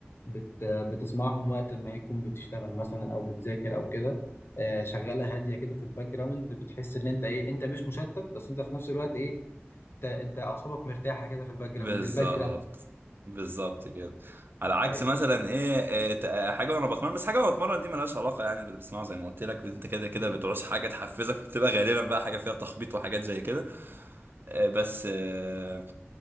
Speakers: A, on the left; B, on the right.
A: بت آه، بتسمعهم وقت ما هي تكون بتشتغل مثلا او بتذاكر او كده آه، شغاله هاديه كده في الباك جراوند بتحس ان انت ايه انت مش مشتت بس انت في نفس الوقت ايه انت انت اعصابك مرتاحه كده في الباك جراوند
B: بالظبط
A: من الباك جراوند
B: بالظبط كده على عكس
A: ايوه
B: مثلا ايه إيه، ت- آه، حاجه وانا بتمرن بس حاجه وانا بتمرن دي ملهاش علاقه يعني باللي بتسمعه زي ما قلت لك انت كده كده
A: مم.
B: بتعوز حاجه تحفزك بتبقى غالبا بقى حاجه فيها تخبيط وحاجات زي كده آه، بس آه،